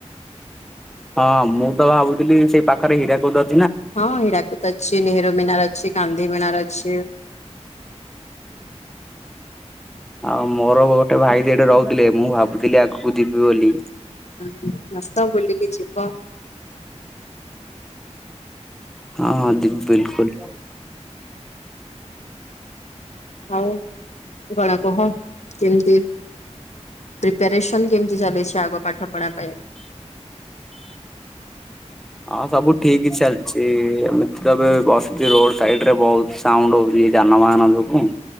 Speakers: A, in the centre; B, on the left.
A: ହଁ ମୁଁ ତ ଭାବୁଥିଲି ସେଇ ପାଖରେ ହୀରା କୋଦ
B: ହଁ ହୀରାକୁଦ ଅଛି ନେହେରୁ ମିନାର ଅଛି କାନ୍ଧି ମିନାର ଅଛି।
A: ଆଉ ମୋର ଗୋଟେ ଭାଇ ଦିଟେ ରହୁଥିଲେ, ମୁଁ ଭାବୁଥିଲି ଆଗକୁ ଯିବି ବୋଲି।
B: ହଁ ଆସ ବୁଲିକି ଯିବ।
A: ହଁ। ହଁ ଯିବି ବିଲକୁଲ।
B: ଆଉ କଣ କହ କେମିତି ପ୍ରପସନ୍ କେମତି ଚାଲିଛି ଆଗ ପାଠ ପଢା ପାଇଁ?
A: ହଁ ସବୁ ଠିକ ଚାଲିଛି ଏମିତି ତ ବସୁଛି, ରୋଡ ସାଇଡ ରେ ବହୁତ ସାଉଣ୍ଡ ହଉଛି ଯାନବାହାନ ଯୋଗୁ।